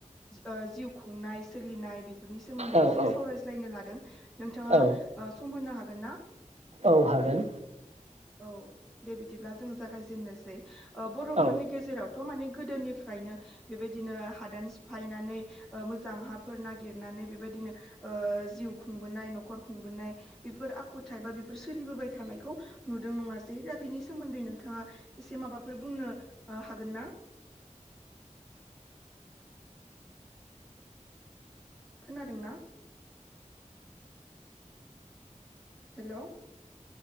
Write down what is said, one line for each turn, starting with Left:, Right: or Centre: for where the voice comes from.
Centre: ओ जिउ खुंनाय सोलिनाय बेफोरनि सोमोन्दै
Right: औ
Centre: एसे
Right: औ
Centre: सावरायज्लायनो ला दों नोंथाङा
Right: औ
Centre: ओ सम होनो हा गोनना?
Right: औ हागोन।
Centre: औ दे बिदिब्ला जों जागायजेननोसै। ओ बर'फोरनि
Right: औ
Centre: गेजेरावथ' माने गोदोनिफ्रायनो बेबायदिनो हादान सिफायनानै ओ मोजां हाफोर नागिरनानै बेबायदिनो ओ जिउ खुंबोनाय नखर खुंबोनाय बेफोर आखुथाइ बा बेफोर सोलिबोबाय थानायखौ नुदों नङासै दा बिनि सोमोन्दै नोंथाङा एसे माबाफोर बुंनो ओ हागोन ना? खोनादोंना? हेलौ।